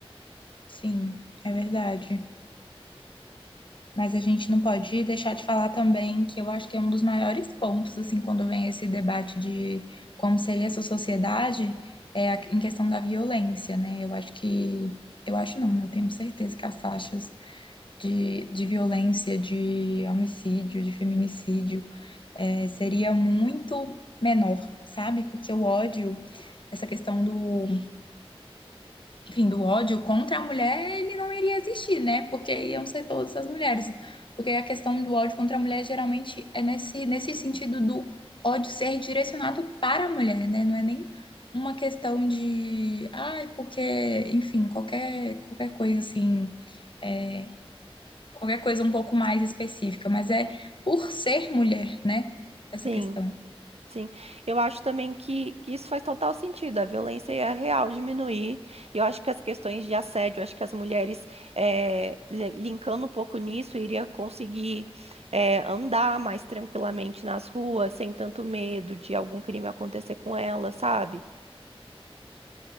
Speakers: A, on the left; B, on the right.
A: sim, é verdade. Mas a gente não pode deixar de falar também que eu acho que é um dos maiores pontos, assim, quando vem esse debate de como seria essa sociedade, é a, em questão da violência, né? Eu acho que, eu acho não, né? Eu tenho certeza que as taxas de, de violência, de homicídio, de feminicídio, é, seria muito menor, sabe? Porque o ódio, essa questão do enfim, do ódio contra a mulher, ele não iria existir, né? Porque iam ser todas as mulheres. Porque a questão do ódio contra a mulher geralmente é nesse, nesse sentido do ódio ser direcionado para a mulher, né? Não é nem uma questão de, ai, porque, enfim, qualquer, qualquer coisa assim, é, qualquer coisa um pouco mais específica, mas é por ser mulher, né? Essa
B: Sim,
A: questão.
B: sim. Eu acho também que, que isso faz total sentido. A violência é real diminuir. E eu acho que as questões de assédio, eu acho que as mulheres, eh, li- linkando um pouco nisso, iria conseguir, eh, andar mais tranquilamente nas ruas, sem tanto medo de algum crime acontecer com ela, sabe?